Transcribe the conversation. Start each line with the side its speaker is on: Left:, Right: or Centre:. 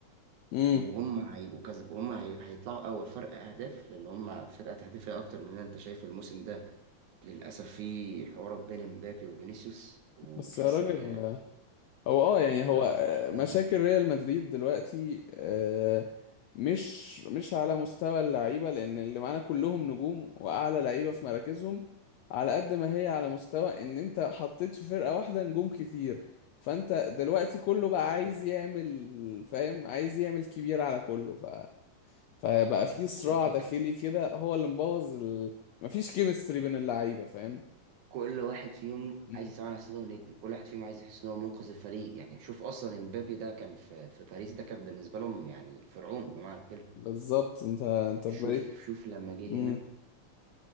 Left: مم.
Right: وهم هيبقوا كذا وهم هي... هيطلعوا اول فرق اهداف لان هم فرقه تهديفيه اكتر مننا انت شايف الموسم ده للاسف في حوارات بين مبابي وفينيسيوس وتحس
Left: بس يا راجل
Right: ان
Left: هو اه يعني هو
Right: ده ما
Left: آه،
Right: يصلحش
Left: مشاكل
Right: ده دي
Left: ريال مدريد دلوقتي آه، مش مش على مستوى اللعيبه لان اللي معانا كلهم نجوم واعلى لعيبه في مراكزهم على قد ما هي على مستوى ان انت حطيت في فرقه واحده نجوم كتير فانت دلوقتي كله بقى عايز
Right: فكره
Left: يعمل فاهم عايز يعمل كبير على كله ف فبقى في صراع
Right: دي فكره
Left: داخلي كده هو اللي مبوظ ال... مفيش كيمستري بين اللعيبه فاهم
Right: كل واحد فيهم
Left: مم.
Right: عايز يسمع نفسه نجم كل واحد فيهم عايز يحس ان هو منقذ الفريق يعني شوف اصلا امبابي ده كان في في باريس ده كان بالنسبه لهم يعني فرعون بمعنى الكلمه
Left: بالظبط انت انت
Right: شوف
Left: في بالي
Right: شوف لما جه
Left: مم.
Right: هنا